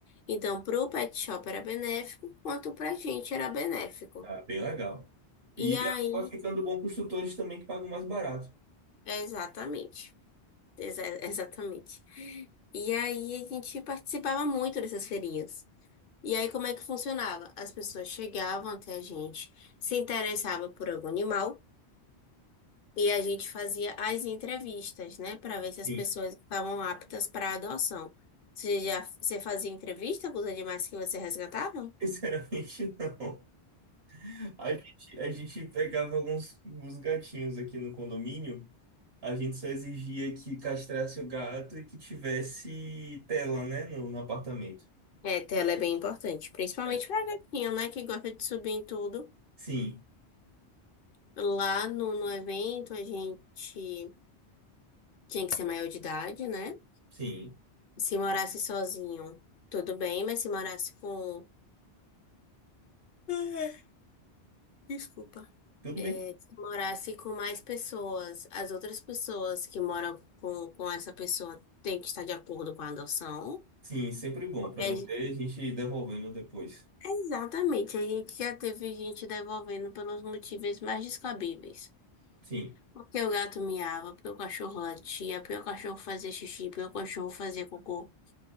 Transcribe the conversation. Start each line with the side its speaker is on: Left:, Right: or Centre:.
Left: Então, para o Pet Shop era benéfico, quanto para a gente era benéfico.
Right: Ah, bem legal. E
Left: E
Right: acaba
Left: aí,
Right: ficando bom para os tutores também que pagam mais barato.
Left: exatamente. Exa- exatamente. E aí, a gente participava muito dessas feirinhas. E aí, como é que funcionava? As pessoas chegavam até a gente, se interessavam por algum animal, e a gente fazia as entrevistas, né, para ver se as
Right: Sim.
Left: pessoas estavam aptas para adoção. Você já você fazia entrevista com os animais que você resgatava?
Right: <laughs> Sinceramente, não. A gente, a gente pegava alguns, alguns gatinhos aqui no condomínio. A gente só exigia que castrasse o gato e que tivesse tela, né? No, no apartamento.
Left: É, tela é bem importante, principalmente
Right: É.
Left: para gatinho, né, que gosta de subir em tudo.
Right: Sim,
Left: Lá no, no evento, a gente tinha que ser maior de idade, né?
Right: sim.
Left: Se morasse sozinho, tudo bem, mas se morasse com. <laughs> Desculpa.
Right: Tudo bem.
Left: se morasse com mais pessoas, as outras pessoas que moram com, com essa pessoa têm que estar de acordo com a adoção.
Right: Sim, sempre bom.
Left: Porque
Right: Para
Left: a
Right: não
Left: gente-
Right: ter gente devolvendo depois.
Left: exatamente, a gente já teve gente devolvendo pelos motivos mais descabíveis.
Right: Sim.
Left: Porque o gato miava, porque o cachorro latia, porque o cachorro fazia xixi, porque o cachorro fazia cocô.